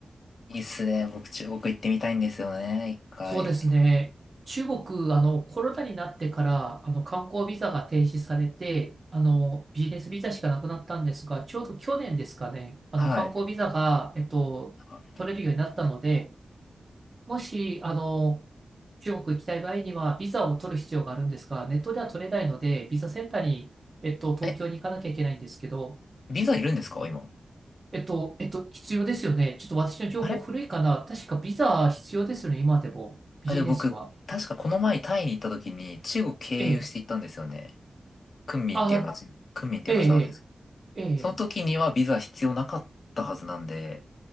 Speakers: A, on the left; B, on the right.
A: ー、いいっすね。僕、中国行ってみたいんですよね。一回。
B: そうですね。中国、あの、コロナになってから、あの、観光ビザが停止されて、あの、ビジネスビザしかなくなったんですが、ちょうど去年ですかね、あの、
A: はい。
B: 観光ビザが、えっと、
A: なんか
B: 取れるようになったので、もし、あの、中国行きたい場合には、ビザを取る必要があるんですが、ネットでは取れないので、ビザセンターに、えっと、東京に行かなきゃいけないんですけど、
A: え、ビザいるんですか今。
B: えっと、えっと、必要ですよね。ちょっと私の情報古いかな。
A: あれ
B: 確かビザ必要ですよね、今でも。ビジネスは。
A: あ、で、僕、確かこの前タイに行った時に中国経由して行ったんですよね。
B: ええ。
A: 昆明っていう街、
B: あ、
A: 昆明っていう場所なんですけど。
B: ええ、ええ。ええ
A: その時にはビザ必要なかったはずなんで、